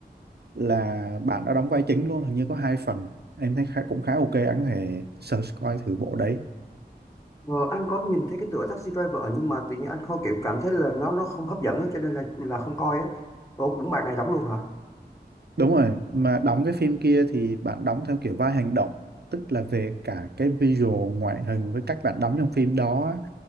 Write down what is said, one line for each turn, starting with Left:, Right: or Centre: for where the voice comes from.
Right: là bạn đã đóng vai chính luôn hình như có hai phần em thấy khá, cũng khá ok anh có thể search coi thử bộ đấy
Left: ờ, anh có nhìn thấy cái tựa Taxi Driver nhưng mà tự nhiên anh không kiểu cảm thấy là nó nó không hấp dẫn á, cho nên là là không coi á Ủa cũng bài này đóng luôn hả
Right: đúng rồi mà đóng cái phim kia thì bạn đóng theo kiểu vai hành động tức là về cả cái visual ngoại hình với cách bạn đóng trong phim đó á,